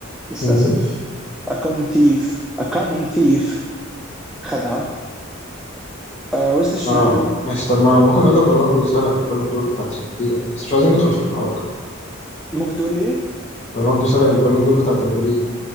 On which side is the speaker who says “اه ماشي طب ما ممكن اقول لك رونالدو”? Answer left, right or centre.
Left